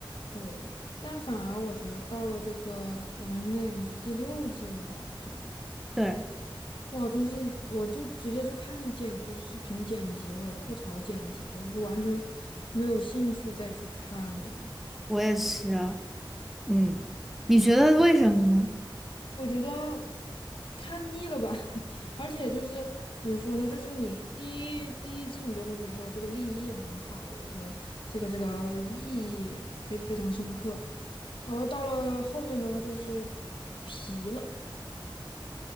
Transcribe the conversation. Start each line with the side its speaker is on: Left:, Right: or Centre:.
Left: 对，但反而我觉得到了这个，我看现在已经是第六季了吧，好像。
Centre: 对，
Left: 哇，真是，我就直接就看见就是视频剪辑或者吐槽剪辑了，我就完全没有兴趣再去看了。
Centre: 我也是啊。嗯，你觉得为什么呢？
Left: 我觉得看腻了吧，<laughs> 而且就是怎么说呢，就是你第一第一季你就会觉得说这个立意很好，对吧？这个这个这个意义非非常深刻，然后到了后面的话就是疲了，